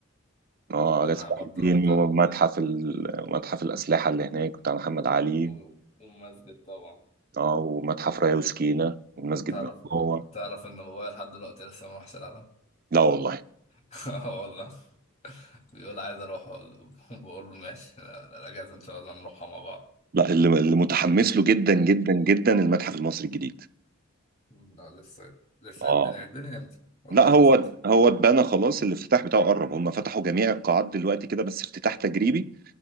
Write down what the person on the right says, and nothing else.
اه
غاز
الحديد
ومتحف ال- متحف الاسلحه اللي هناك بتاع محمد علي
اه ومتحف رايا وسكينة والمسجد
من جوه
لا والله
لا اللي اللي متحمس له جدا جدا جدا المتحف المصري الجديد
اه
لا
هو
هو اتبنى خلاص الافتتاح بتاعه قرب هم فتحوا جميع القاعات دلوقتي كده بس افتتاح تجريبي